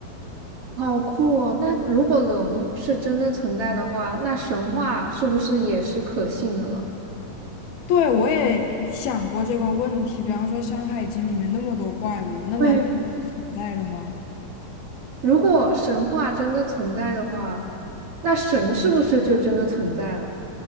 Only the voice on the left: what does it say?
对，我也想过这个问题，比方说《山海经》里面那么多怪物，那难道是存在的吗？